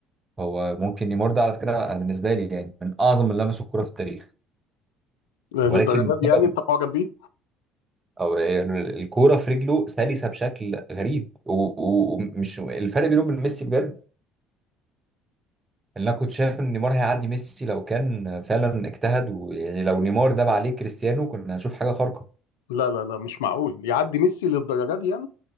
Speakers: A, on the right (about 25°); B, on the left (about 70°).
A: هو ممكن نيمار ده على فكره انا بالنسبه لي يعني من اعظم اللي لمسوا الكوره في التاريخ
B: للدرجة
A: ولكن بسبب
B: دي يعني انت معجب بيه؟
A: او يعني الكوره في رجله سلسه بشكل غريب و- و- ومش الفرق بينهم وبين ميسي بجد ان انا كنت شايف ان نيمار هيعدي ميسي لو كان فعلا اجتهد ويعني لو نيمار داب عليه كريستيانو كنا هنشوف حاجه خارقه
B: لا لا لا مش معقول يعدي ميسي للدرجة دي يعني